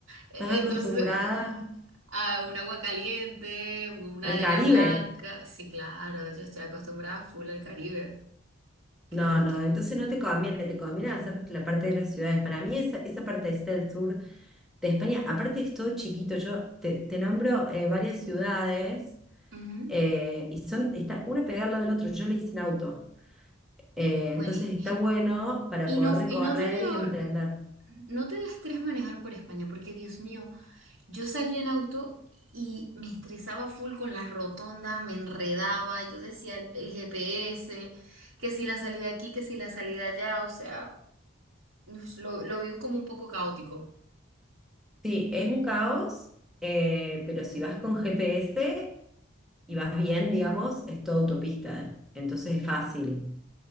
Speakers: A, on the right; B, in the centre.
A: E-
B: ¿Estás
A: Entonces,
B: acostumbrada
A: a un agua caliente, una
B: al
A: arena
B: Caribe?
A: blanca. Sí, claro, yo estoy acostumbrada full al Caribe. Que,
B: No, no,
A: que-
B: entonces no te conviene, te conviene hacer la parte de las ciudades. Para mí esa, esa parte partecita del sur de España, aparte es todo chiquito, yo te, te nombro eh, varias ciudades
A: Ujú.
B: eh, y son, está una pegada al lado del otro, yo le hice en auto. Eh,
A: Bueno,
B: entonces
A: y,
B: está bueno para
A: y
B: poder
A: no,
B: recorrer
A: y no te dio,
B: y entender.
A: no te da estrés manejar por España, porque Dios mío. Yo salía en auto y me estresaba full con las rotondas, me enredaba, yo decía el, el GPS, que si la salida aquí, que si la salida allá, o sea, us- lo, lo vi como un poco caótico.
B: Sí, es un caos, eh, pero si vas con GPS y vas bien, digamos, es todo autopista, entonces es fácil.